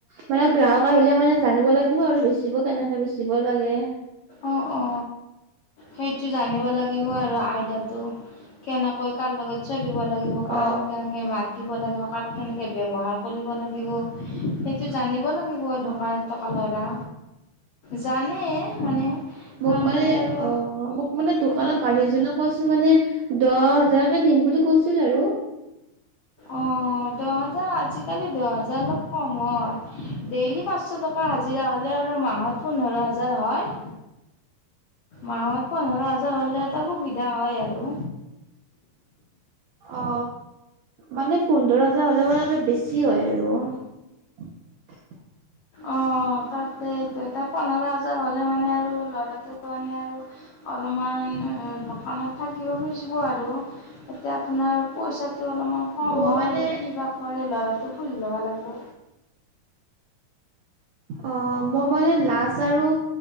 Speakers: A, on the right; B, on the left.
A: মানে গ্ৰাহক আহিলে মানে জানিব লাগিব আৰু বেচিব কেনেকে বেচিব লাগে।
B: অ অ সেইটো জানিব লাগিব আৰু আইডাটো, কেনেকৈ কাৰ লগত চলিব লাগিব কাৰণ
A: অ
B: কেনেকে মাত দিব লাগিব। কাক কেনেকে ব্যৱহাৰ কৰিব লাগিব। সেইটো জানিব লাগিব
A: অ অ
B: দোকানত থকা ল'ৰা
A: <inaudible>
B: জানে মানে
A: মোক
B: তাৰমানে
A: মানে
B: আৰু
A: অ মোক মানে দোকানৰ মালিক জনে কৈছিল মানে দহ হাজাৰকে দিম বুলি কৈছিল আৰু <inaudible>
B: অ', দহ হাজাৰ আজিকালি দহ হাজাৰ অলপ কম হয় ডেইলি পাঁচশ টকা হাজিৰা হলে আৰু মাহত পোন্ধৰ হাজাৰ হয়।
A: <inaudible>
B: মাহত পোন্ধৰ হাজাৰ হলে এটা সুবিধা হয় আৰু
A: অ মানে পোন্ধৰ হাজাৰ হলে মানে অলপ বেছি হয় আৰু <unintelligible>
B: অ' তাকেইতো তাই পোন্ধৰ হাজাৰ মানে মানে আৰু ল'ৰাটো মানে আৰু অলপমান দোকানত থাক থিকিব খুজিব আৰু তাতে আপোনাৰ পইচা অলপমান কম
A: মই
B: হয়,
A: মানে
B: কি বা কৰে ল'ৰাটো হুধি ল'ব লাগিব,
A: অহ মই মানে লাজ আৰু